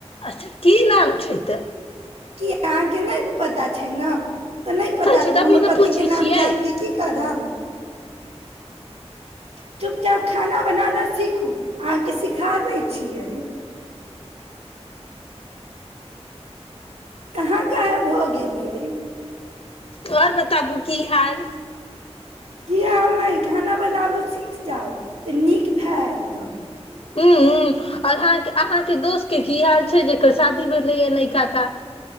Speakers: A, on the left; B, on the right.
A: अच्छा की नाम छै त
B: किया अहाँके नहि पता छै न तऽ नहि पता
A: छै
B: रखू
A: तभी
B: हमर
A: ने
B: पति
A: पूछै
B: के नाम
A: छियै
B: जान के की करब <inaudible> चुपचाप खाना बनाना सीखू अहाँके सिखा दै छियै कहाँ गायब भऽ गेलियै
A: आओर बताबू की हाल
B: की आएल नहि खाना बनाबु सीख जाउ तऽ नीक हायत <unintelligible>
A: हूँ हूँ
B: <inaudible>
A: आओर अहाँके अहाँ के दोस्त के की हाल छै जेकर शादी भेलैया नयका टा